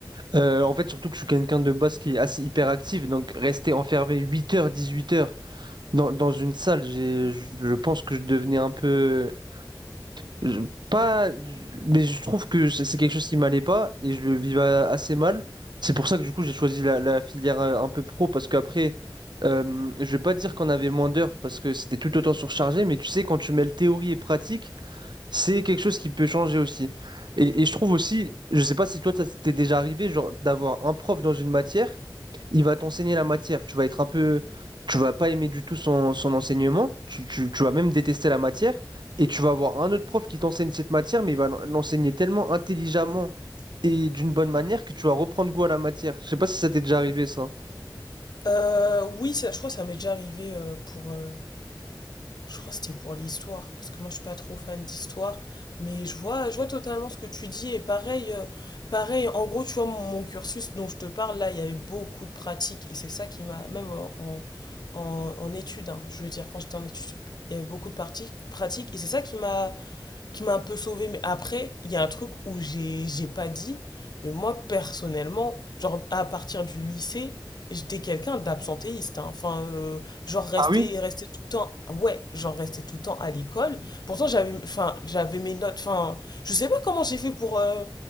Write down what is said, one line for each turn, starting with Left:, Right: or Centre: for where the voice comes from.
Right: Euh, en fait, surtout que je suis quelqu'un de base qui est assez hyperactif. Donc rester enfermé huit heures, dix-huit heures dans, dans une salle, j'ai, je je pense que je devenais un peu... Je- pas, mais je trouve que c'est c'est quelque chose qui m'allait pas et je le vivais assez mal. C'est pour ça que du coup j'ai choisi la, la filière euh, un peu pro parce qu'après, euh, je vais pas dire qu'on avait moins d'heures parce que c'était tout autant surchargé, mais tu sais, quand tu mêles théorie et pratique, c'est quelque chose qui peut changer aussi. Et, et je trouve aussi, je sais pas si toi ça t'est déjà arrivé, genre d'avoir un prof dans une matière il va t'enseigner la matière. Tu vas être un peu, tu vas pas aimer du tout son, son enseignement. Tu, tu- tu vas même détester la matière. Et tu vas avoir un autre prof qui t'enseigne cette matière, mais il va l'en- l'enseigner tellement intelligemment et d'une bonne manière que tu vas reprendre goût à la matière. Je sais pas si ça t'est déjà arrivé, ça.
Left: Euh, oui, ça, je crois que ça m'est déjà arrivé euh, pour, euh, Je crois que c'était pour l'histoire, parce que moi je suis pas trop fan d'histoire, mais je vois, je vois totalement ce que tu dis, et pareil, euh, pareil, en gros, tu vois, mon, mon cursus dont je te parle, là, il y avait beaucoup de pratiques, et c'est ça qui m'a, même en, en, en- en études, hein, je veux dire, quand j'étais en études sup, il y avait beaucoup de parti- pratiques, et c'est ça qui m'a, qui m'a un peu sauvée. Mais après, il y a un truc où j'ai j'ai pas dit, mais moi, personnellement, genre, à partir du lycée, j'étais quelqu'un d'absentéiste. hein. Enfin, euh, genre, rester,
Right: Ah oui?
Left: rester tout le temps, ouais, genre, rester tout le temps à l'école. Pourtant, j'avais, enfin, j'avais mes notes. Enfin, je sais pas comment j'ai fait pour, euh,